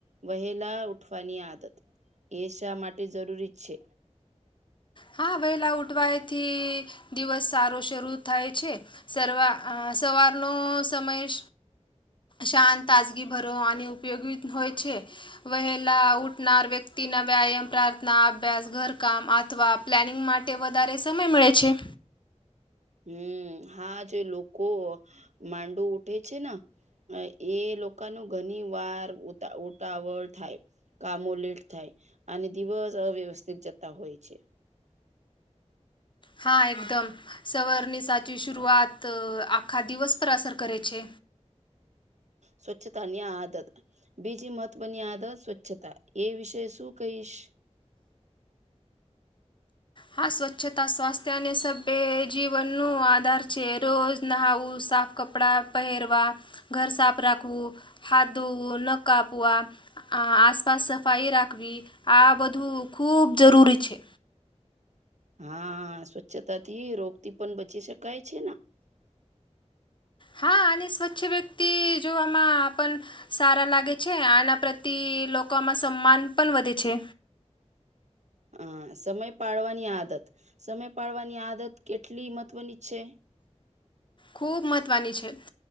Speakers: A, on the right; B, on the left.
A: વહેલા ઉઠવાની આદત એ શા માટે જરૂરી જ છે.
B: હા વહેલા ઉઠવાયથી દિવસ સારો શરૂ થાય છે. સવા સવારનો સમય શંત તાજગી ભરોવાની ઉપયોગી હોય છે. વહેલા ઉઠનાર વ્યક્તિના વ્યાયામ પ્રાર્થના અભ્યાસ ઘરકામ અથવા પ્લાનિંગ માટે વધારે સમય મળે છે.
A: હમ હા જે લોકો માંડુ ઉઠે છે ને. એ લોકોનું ઘણી વાર ઉતાવળ થાય કામો લેટ થાય અને દિવસ અવ્યવસ્થિત જતા હોય છે.
B: હા એકદમ સવર્નિસાચ શરઆત આખા દિવસ પર અસર કરે છે
A: સ્વચધાન્ય આદ બીજી મહત્વની આદત સ્વચ્છતા એ વિશે શું કહીશ
B: હા સ્વચ્છતા સ્વાસ્થ્ય અને સભ્ય જીવનનો આધાર છે રોજ નવું સાફ કપડા પહેરવા ઘર સાફ રાખવું હાથ ધોવું ન કાપવા આસપાસ સફાઈ રાખવી આ બધું ખૂબ જરૂરી છે.
A: હા સ્વચ્છતા થી રોગ થી પણ બચી શકાય છે
B: હા અને સ્વચ્છ વ્યક્તિ જોવામાં સારા લાગે છે આના પ્રતિ લોકોમાં સમાન પણ વધે છે.
A: હ સમય પાડવાની આદત સમય પાડવાની આદત કેટલી મહત્વની છે
B: ખુબ મહત્વની છે.